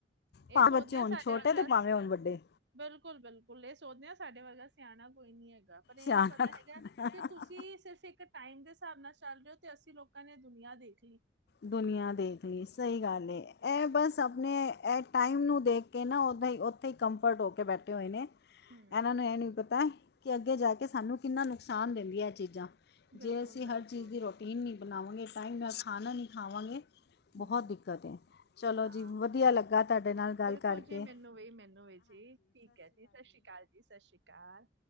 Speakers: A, on the right; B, on the left.
A: ਇਹ
B: ਭਾਵੇਂ
A: ਸੋਚਦੇ
B: ਬੱਚੇ ਹੁਣ
A: ਹ ਸਾਡੇ
B: ਛੋਟੇ
A: ਵਰਗਾ
B: ਅਤੇ ਭਾਵੇਂ ਹੁਣ ਵੱਡੇ
A: ਬਿਲਕੁਲ ਬਿਲਕੁਲ ਇਹ ਸੋਚਦੇ ਆਾਂ ਸਾਡੇ ਵਰਗਾ ਸਿਆਣਾ ਕੋਈ ਨੀ ਹੈਗਾ ਪਰ ਇਹ
B: ਸਿਆਣਾ
A: ਨੀ ਪਤਾ ਹੈਗਾ ਕਿ ਤੁਸੀਂ ਸਿਰਫ ਇੱਕ ਟਾਈਮ ਦੇ ਹਿਸਾਬ ਨਾਲ ਚੱਲ ਰਿਓ ਤੇ ਅਸੀਂ ਲੋਕਾਂ ਨੇ ਦੁਨੀਆਂ ਦੇਖ ਲਈ
B: ਦੁਨੀਆਂ ਦੇਖ ਲਈ ਸਹੀ ਗੱਲ ਇਹ ਬਸ ਆਪਣੇ ਟਾਈਮ ਨੂੰ ਦੇਖ ਕੇ ਨਾ ਉੱਦਾਂ ਹੀ ਉੱਥੇ ਹੀ ਕੰਫਰਟ ਹੋ ਕੇ ਬੈਠੇ ਹੋਏ ਨੇ
A: ਹਮ
B: ਇਹਨਾਂ ਨੂੰ ਇਹ ਨਹੀਂ ਪਤਾ ਕਿ ਅੱਗੇ ਜਾ ਕੇ ਸਾਨੂੰ ਕਿੰਨਾ ਨੁਕਸਾਨ ਦਿੰਦੀਆਂ ਇਹ ਚੀਜ਼ਾਂ
A: ਬਿਲਕੁਲ
B: ਜੇ ਅਸੀਂ ਹਰ
A: ਬਿਲਕੁਲ
B: ਚੀਜ਼ ਦੀ ਰੋਟੀਨ ਨਹੀਂ ਬਣਾਵਾਂਗੇ ਟਾਈਮ ਨਾਲ ਖਾਣਾ ਨਹੀਂ ਖਾਵਾਂਗੇ ਬਹੁਤ
A: ਹਮ
B: ਦਿੱਕਤ ਹੈ ਚਲੋ
A: ਹਾਂ
B: ਜੀ ਵਧੀਆ ਲੱਗਾ ਤੁਹਾਡੇ ਨਾਲ ਗੱਲ
A: ਬਿਲਕੁਲ
B: ਕਰਕੇ
A: ਜੀ ਮੈਨੂੰ ਵੀ ਮੈਨੂੰ ਵੀ ਜੀ ਠੀਕ ਹੈ ਜੀ ਸਤਿ ਸ਼੍ਰੀ ਅਕਾਲ ਜੀ ਸਤਿ ਸ਼੍ਰੀ ਅਕਾਲ